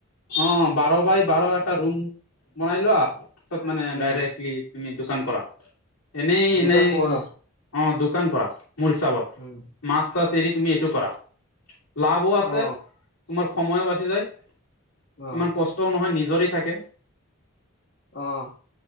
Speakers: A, on the left; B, on the left.
A: অঁ বাৰ বাই বাৰ এটা ৰুম বনাই লোৱা পিছত মানে
B: উম
A: ডাইৰেক্টলি তুমি দোকান কৰা, এনেই এনেই
B: দোকান কৰো ন
A: অঁ দোকান কৰা মোৰ হিচাপত।
B: উ'ম।
A: মাছ তাছ এৰি তুমি এইটো কৰা, লাভো আছে।
B: অ
A: তোমাৰ সময়ো বাচি যায়।
B: অ
A: ইমান কষ্টও নহয়, নিজৰে থাকে।
B: অঁ